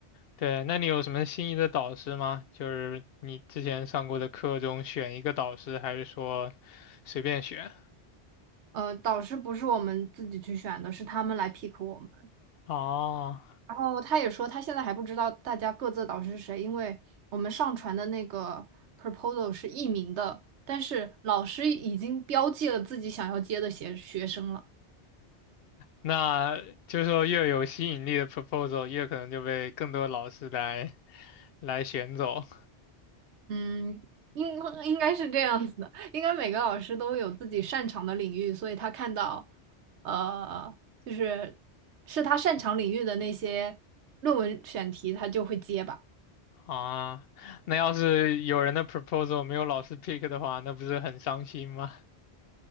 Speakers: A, on the left (about 65°); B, on the right (about 80°).
A: 对，那你有什么心仪的导师吗？就是你之前上过的课中选一个导师，还是说随便选？
B: 呃，导师不是我们自己去选的，是他们来 pick 我们。
A: 哦，
B: 然后他也说，他现在还不知道大家各自的导师是谁，因为我们上传的那个 proposal 是匿名的，但是老师已经标记了自己想要接的学学生了。
A: 那就是说越有吸引力的 proposal，越可能就被更多老师来来选走
B: 嗯，应应该是这样子的，应该每个老师都有自己擅长的领域，所以他看到，呃，就是是他擅长领域的那些论文选题，他就会接吧。
A: 啊。那要是有人的 proposal 没有老师 pick 的话，那不是很伤心吗？